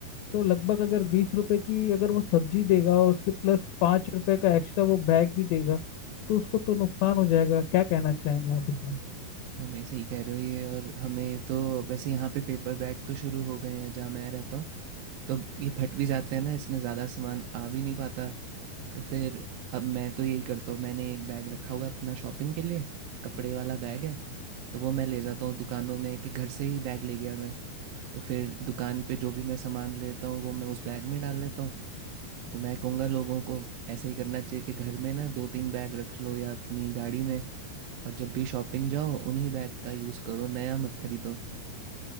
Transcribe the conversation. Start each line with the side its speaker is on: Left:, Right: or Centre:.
Left: तो लगभग अगर बीस रुपए की अगर वो सब्जी देगा और उसके प्लस पाँच रुपए का एक्स्ट्रा वो बैग भी देगा तो उसको तो नुकसान हो जाएगा क्या कहना चाहेंगे आप इसमें
Right: हाँ भाई सही कह रहे हो ये और हमें तो वैसे यहाँ पे पेपर बैग तो शुरू हो गए हैं जहाँ मैं रहता हूँ तो अब ये फट भी जाते हैं ना इसमें ज़्यादा सामान आ भी नहीं पाता तो फिर अब मैं तो यही करता हूँ मैंने एक बैग रखा हुआ है अपना शॉपिंग के लिए कपड़े वाला बैग है तो वो मैं ले जाता हूँ दुकानों में कि घर से ही बैग ले गया मैं तो फिर दुकान पे जो भी मैं सामान लेता हूँ वो मैं उस बैग में डाल लेता हूँ तो मैं कहूँगा लोगों को ऐसा ही करना चाहिए कि घर में ना दो तीन बैग रख लो या अपनी गाड़ी में और जब भी शॉपिंग जाओ उन्हीं बैग का यूज़ करो नया मत खरीदो